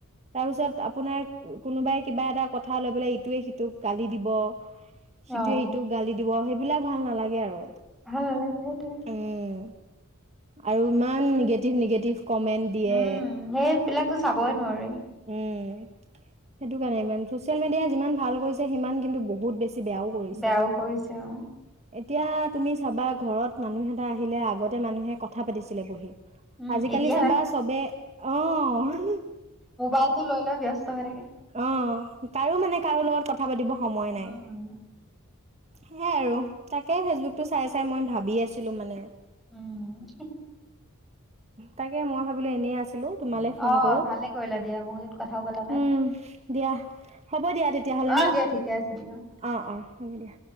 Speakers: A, on the right; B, in the centre.
A: তাৰ পিছত আপোনাৰ কোনোবাই কিবা এটা কথা লৈ পেলাই ইটোৱে সিটোক গালি দিব। সিটোৱে
B: অ
A: ইটোক গালি দিবহে এই বিলাক ভাল নালাগে আৰু
B: ভাল নালাগে সেইটোৱে
A: উম আৰু ইমান নিগেটিভ নিগেটিভ কমেন্ট দিয়ে
B: উম সেইবিলাকতো চাবই নোৱাৰি
A: উম সেইটো কাৰণে ইমান চচিয়েল মিডিয়াই যিমান ভাল কৰিছে সিমান কিন্তু বহুত বেছি বেয়াও কৰিছে
B: বেয়াও কৰিছে অ
A: এতিয়া তুমি চাবা ঘৰত মানুহ এটা আহিলে আগতে মানুহে কথা পাতিছিলে বহি
B: উম
A: আজিকালি
B: এতিয়া
A: চাবা
B: নাই
A: চবে অহ হেহে
B: মোবাইলটো লৈ লৈ ব্যস্ত পাহৰি থাকে
A: অ তাৰো মানে কাৰো লগত কথা পাতিব সময় নাই
B: উম
A: সেইয়াই আৰু তাকে ফেচবুকটো চাই চাই মই ভাবি আছিলো মানে
B: উম
A: তাকে মই ভাবিলো এনেই আছিলো তোমালে ফোন
B: অ
A: কৰো
B: ভালে কৰিলা দিয়া বহুত দিন কথাও পতা নাই
A: উম দিয়া হ'ব দিয়া তেতিয়াহ'লে
B: অ
A: ন
B: দিয়া ঠিকে আছে দিয়া
A: অ অ হ'ব দিয়া